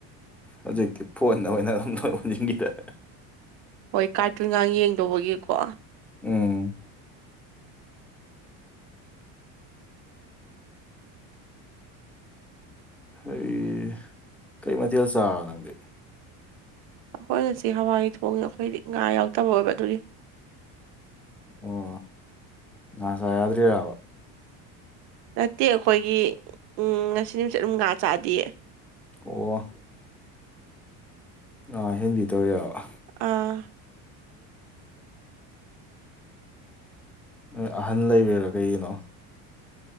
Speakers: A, in the centre; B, on the right.
A: ꯍꯧꯖꯤꯛꯇꯤ ꯐꯣꯟꯗ ꯑꯣꯏꯅ ꯑꯗꯨꯝ ꯑꯣꯁꯤꯟꯈꯤꯗ
B: ꯍꯣꯏ ꯀꯥꯔꯇꯨꯟꯉꯥꯛ ꯌꯦꯡꯗꯧꯕꯒꯤꯀꯣ
A: ꯎꯝ ꯍꯩ ꯀꯩ ꯃꯊꯦꯜ ꯆꯥꯕ ꯅꯪꯗꯤ
B: ꯑꯩꯈꯣꯏ ꯉꯁꯤ ꯍꯋꯥꯏ ꯊꯣꯡꯉꯤ ꯑꯩꯈꯣꯏꯗꯤ ꯉꯥ ꯌꯥꯎꯗꯕ ꯑꯣꯏꯕ ꯑꯗꯨꯗꯤ
A: ꯑꯣ ꯉꯥ ꯆꯥ ꯌꯥꯗ꯭ꯔꯤꯔꯕ
B: ꯅꯠꯇꯦ ꯑꯩꯈꯣꯏꯒꯤ ꯎꯝ ꯉꯁꯤ ꯅꯨꯃꯤꯠꯁꯦ ꯑꯗꯨꯝ ꯉꯥ ꯆꯥꯗꯤꯌꯦ
A: ꯑꯣ ꯉꯥ ꯍꯦꯟꯕꯤ ꯇꯧꯔꯤꯔꯕ
B: ꯑꯥ
A: ꯅꯣꯏ ꯑꯍꯟ ꯂꯩꯕꯩꯔꯥ ꯀꯩꯒꯤꯅꯣ